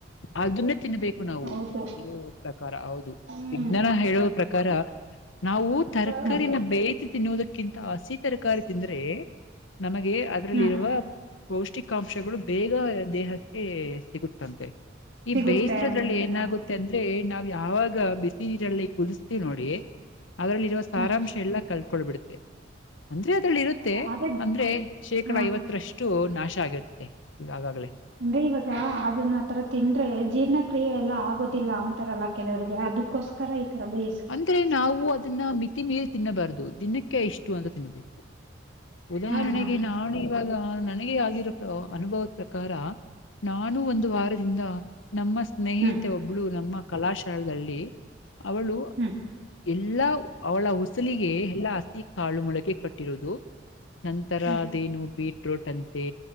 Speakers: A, on the left (about 75°); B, on the right (about 65°).
A: ಅದನ್ನ ತಿನ್ಬೇಕು ನಾವು
B: ಹೌದು
A: ಇ ಪ್ರಕಾರ ಹೌದು
B: ಹ್ಮ್
A: ವಿಜ್ಞಾನ ಹೇಳುವ ಪ್ರಕಾರ ನಾವು ತರಕಾರಿನ
B: ಹ್ಮ್
A: ಬೇಯ್ತ ತಿನ್ನುೋದಕ್ಕಿಂತ ಆಸತಿ ತರಕಾರಿ ತಿಂದ್ರೆ ನಮಗೆ ಅದ್ರಲ್ಲಿ
B: ಹಾ
A: ಇರುವ ಪೌಷ್ಟಿಕಾಂಶಗಳು ಬೇಗ ದೇಹಕ್ಕೆ ಸಿಗುತ್ತಂತೆ ಈ
B: ಸಿಗುತ್ತೆ
A: ಬೇಯಿಸಿರೋದ್ರಲ್ಲಿ
B: ಅಂತಾನ
A: ಏನಾಗುತ್ತೆ ಮ ಅಂದ್ರೆ ನಾವ್ ಯಾವಾಗ ಬಿಸಿ ನೀರಲ್ಲಿ ಕುದಸ್ತೀವಿ ನೋಡಿ ಅದ್ರಲ್ಲಿ ಇರುವ ಸಾರಾಂಶ
B: ಹ್ಮ್
A: ಎಲ್ಲಾ ಕಲ್ಕೊಳ್ಬಿಡುತ್ತೆ ಅಂದ್ರೆ ಅದ್ರಲ್ಲಿ ಇರುತ್ತೆ
B: ಅದ ಅದ
A: ಅಂದ್ರೆ ಶೇಕಡ
B: ಹಾ
A: ಐವತ್ತರಷ್ಟು ನಾಶ ಆಗಿರುತ್ತೆ ಈಗ ಆಗಾಗ್ಲೇ
B: ಅಂದ್ರೆ ಇವಾಗ ಅದನ್ನ ಆತರ ತಿಂದ್ರೆ ಜೀರ್ಣಕ್ರಿಯೆ ಎಲ್ಲಾ ಆಗೋದಿಲ್ಲ ಅಂತರಲ್ಲ ಕೆವ್ರರಿಗೆ ಅದಕ್ಕೋಸ್ಕರ ಈ ತರ ಬೇ
A: ಅಂದ್ರೆ ನಾವು ಅದನ್ನ ಮಿತಿ ಮೇಲೆ ತಿನ್ನಬಾರ್ದು ದಿನಕ್ಕೆ ಇಷ್ಟು ಅಂತ ತಿನ್ನಬೇಕು ಉದಾಹರಣೆಗೆ
B: ಹಾ ಹಾ
A: ನಾನು ಇವಾಗ ನನಗೆ ಆಗಿರೋ ಅನುಭವದ ಪ್ರಕಾರ ನಾನು ಒಂದು ವಾರದಿಂದ ನಮ್ಮ ಸ್ನೇಹಿತ
B: ಹ್ಮ್
A: ಒಬ್ಳು ನಮ್ಮ ಕಲಾಶಾಲೆದಲ್ಲಿ ಅವಳು
B: ಹ್ಮ್
A: ಎಲ್ಲಾ ಅವಳ ಉಸಲಿಗೆ ಎಲ್ಲಾ ಹಸಿ ಕಾಳು ಮೊಳಗೆ ಕಟ್ಟಿರುವುದು ನಂತರ
B: ಹ್ಮ್
A: ಅದೇನು ಬೀಟ್ರೋಟ್ ಅಂತೆ